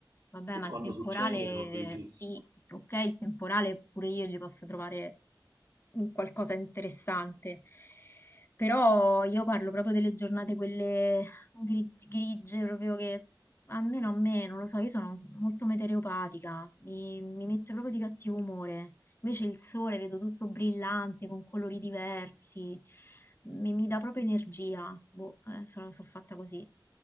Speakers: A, on the left; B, on the right.
A: Vabbè,
B: E
A: ma
B: quando
A: il temporale,
B: succede sono felicissimo.
A: sì, ok, il temporale pure io gli posso trovare un qualcosa di interessante, però io parlo proprio delle giornate quelle gri- grigie, proprio che almeno a me, non lo so, io sono molto metereopatica, mi, mi mette proprio di cattivo umore, invece il sole vedo tutto brillante, con colori diversi, mi, mi dà proprio energia, boh, eh, sono, sono fatta così.